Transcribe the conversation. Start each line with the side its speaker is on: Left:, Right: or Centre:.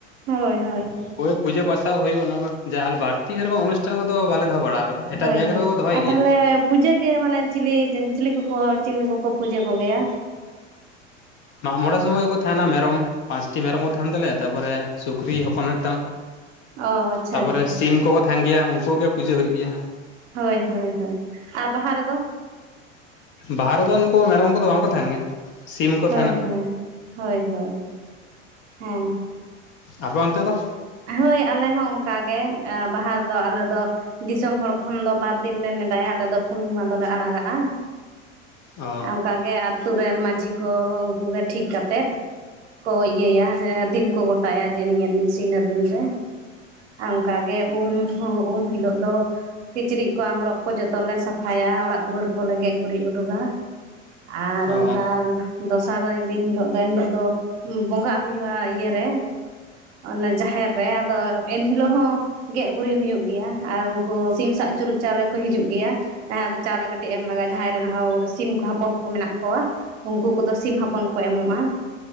Right: ᱦᱳᱭ ᱦᱳᱭ
Left: ᱦᱳᱭ ᱯᱩᱡᱟᱹ ᱯᱟᱥᱟᱣ ᱦᱩᱭᱩᱜᱼᱟ᱾ ᱚᱱᱟ ᱟᱨ ᱵᱟᱹᱲᱛᱤ ᱥᱮ ᱵᱟᱝ ᱚᱱᱩᱥᱴᱷᱟᱱ ᱠᱚᱫᱚ ᱵᱟᱞᱮ ᱫᱚᱦᱚ ᱵᱟᱲᱟ ᱮᱴᱟᱜ
Right: ᱦᱳᱭ
Left: ᱡᱟᱭᱜᱟ
Right: ᱦᱳᱭ
Left: ᱨᱮᱫᱚ ᱠᱚ ᱫᱚᱦᱚᱭ
Right: ᱟᱨ
Left: ᱜᱮᱭᱟ
Right: ᱛᱟᱦᱚᱞᱮ ᱯᱩᱡᱟᱹᱜᱮ ᱢᱟᱱᱮ ᱪᱤᱞᱤ ᱪᱤᱞᱤ ᱠᱚᱠᱚ ᱪᱤᱞᱤ ᱠᱚᱠᱚ ᱯᱩᱡᱟᱹ ᱠᱚᱜᱮᱭᱟ᱾
Left: ᱢᱟᱜ ᱢᱚᱬᱮ ᱥᱚᱢᱚᱭᱠᱚ ᱛᱟᱦᱮᱱᱟ ᱢᱮᱨᱚᱢ ᱯᱟᱸᱪᱴᱤ ᱢᱮᱨᱚᱢ ᱠᱚ ᱛᱟᱦᱮᱱ ᱛᱟᱞᱮᱭᱟ᱾ ᱛᱟᱨᱯᱚᱨᱮ ᱥᱩᱠᱨᱤ ᱦᱚᱯᱚᱱ ᱢᱤᱫᱴᱟᱝ᱾
Right: ᱚ ᱟᱪᱪᱷᱟ
Left: ᱛᱟᱯᱚᱨᱮ
Right: ᱟᱪᱪᱷᱟ
Left: ᱥᱤᱢ ᱠᱚᱠᱚ ᱛᱟᱦᱮᱱ ᱜᱮᱭᱟ᱾ ᱩᱱᱠᱩ ᱜᱮ ᱯᱩᱡᱟᱹ ᱦᱩᱭᱩᱜ ᱜᱮᱭᱟ᱾
Right: ᱦᱳᱭ ᱦᱳᱭ ᱦᱳᱭ ᱟᱨ ᱵᱟᱦᱟ ᱨᱮᱫᱚ᱾
Left: ᱵᱟᱦᱟ ᱨᱮᱫᱚ ᱱᱩᱠᱩ ᱢᱮᱨᱚᱢ ᱠᱚᱫᱚ ᱵᱟᱝᱠᱚ ᱛᱟᱦᱮᱱ ᱜᱮᱭᱟ᱾ ᱥᱤᱢ ᱠᱚ
Right: ᱦᱳᱭ
Left: ᱛᱟᱦᱮᱱᱟ
Right: ᱦᱳᱭ ᱦᱳᱭ ᱦᱳᱭ ᱦᱮᱸ
Left: ᱟᱯᱮ ᱚᱱᱛᱮ ᱫᱚ
Right: ᱦᱳᱭ ᱟᱞᱮ ᱦᱚᱸ ᱚᱱᱠᱟᱜ ᱜᱮ ᱵᱟᱦᱟ ᱫᱚ ᱟᱞᱮ ᱫᱚ ᱫᱤᱥᱚᱢ ᱦᱚᱲ ᱠᱷᱚᱱ ᱫᱚ ᱵᱟᱨ ᱫᱤᱱ ᱞᱮ ᱱᱮᱰᱟᱭᱟ᱾ ᱟᱞᱮ ᱫᱚ ᱯᱩᱨᱱᱤᱢᱟ ᱫᱚᱞᱮ ᱟᱲᱟᱜᱟᱜᱼᱟ ᱦᱮᱸ᱾
Left: ᱚ
Right: ᱚᱱᱠᱟ ᱜᱮ ᱟᱛᱳ ᱨᱮᱱ ᱢᱟᱹᱡᱷᱤ ᱠᱚ ᱩᱱᱠᱩ ᱜᱮ ᱴᱷᱤᱠ ᱠᱟᱛᱮᱫ ᱠᱚ ᱤᱭᱟᱹᱭᱟ ᱫᱤᱱ ᱠᱚ ᱜᱚᱴᱟᱭᱟ ᱡᱮ ᱱᱤᱭᱟᱹ ᱫᱤᱱ ᱥᱮ ᱤᱱᱟᱹ ᱫᱤᱱ ᱨᱮ᱾ ᱟ ᱚᱱᱠᱟᱜᱮ ᱩᱢ ᱦᱚᱸ ᱩᱢ ᱦᱤᱞᱳᱜ ᱫᱚ ᱠᱤᱪᱨᱤᱡ ᱠᱚ ᱟᱝᱜᱨᱚᱜ ᱠᱚ ᱡᱚᱛᱚᱞᱮ ᱥᱟᱯᱷᱟᱭᱟ ᱚᱲᱟᱜ ᱫᱩᱣᱟᱹᱨ ᱠᱚᱞᱮ ᱜᱮᱡ ᱜᱩᱨᱤᱡ ᱩᱰᱩᱜᱟ᱾ ᱟᱨ
Left: ᱚ
Right: ᱚᱱᱠᱟᱞ ᱫᱚᱥᱟᱨ ᱫᱤᱱ ᱦᱤᱞᱳᱜ ᱫᱚ ᱮᱱ ᱦᱤᱞᱳᱜ ᱫᱚ ᱵᱚᱸᱜᱟᱜ ᱦᱩᱭᱩᱜᱼᱟ ᱤᱭᱟᱹᱨᱮ ᱚᱱᱮ ᱡᱟᱦᱮᱨ ᱨᱮ᱾ ᱟᱫᱚ ᱮᱱ ᱦᱤᱞᱳᱜ ᱦᱚᱸ ᱜᱮᱡ ᱜᱩᱨᱤᱡ ᱦᱩᱭᱩᱜ ᱜᱮᱭᱟ ᱟᱨ ᱩᱱᱠᱩ ᱥᱤᱢ ᱥᱟᱜᱪᱩᱨᱩᱜ ᱪᱟᱣᱞᱮ ᱠᱚ ᱦᱤᱡᱩᱜ ᱜᱮᱭᱟ᱾ ᱡᱟᱦᱟᱸ ᱨᱮ ᱫᱚ ᱪᱟᱣᱞᱮ ᱠᱟᱹᱴᱤᱡ ᱮᱢ ᱞᱟᱜᱟᱜᱼᱟ ᱡᱟᱦᱟᱸᱭ ᱨᱮ ᱦᱚᱣ ᱥᱤᱢ ᱠᱚ ᱦᱚᱯᱚᱱ ᱠᱚ ᱢᱮᱱᱟᱜ ᱠᱚᱣᱟ, ᱩᱱᱠᱩ ᱠᱚᱫᱚ ᱥᱤᱢ ᱦᱚᱯᱚᱱ ᱠᱚ ᱮᱢᱚᱜᱼᱟ᱾